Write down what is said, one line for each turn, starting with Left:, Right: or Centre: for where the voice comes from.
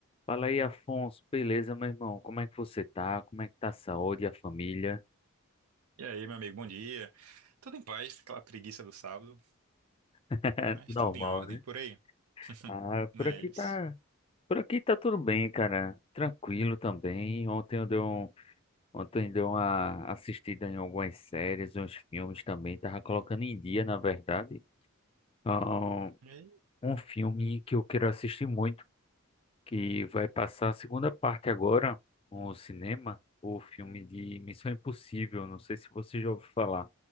Left: Fala aí, Afonso. Beleza, meu irmão? Como é que você tá? Como é que tá a saúde, a família?
Right: E aí, meu amigo, bom dia. Tudo em paz, aquela preguiça do sábado,
Left: <laughs>
Right: mas
Left: normal,
Right: tudo em ordem
Left: né?
Right: por aí. <laughs>
Left: Ah,
Right: Não
Left: por
Right: é
Left: aqui
Right: isso?
Left: tá, por aqui tá tudo bem, cara. Tranquilo também. Ontem eu dei um, ontem eu dei uma assistida em algumas séries, uns filmes também. Tava colocando em dia, na verdade. Ah,
Right: E aí,
Left: Um filme que eu quero assistir muito, que vai passar a segunda parte agora no cinema, o filme de Missão Impossível. Não sei se você já ouviu falar.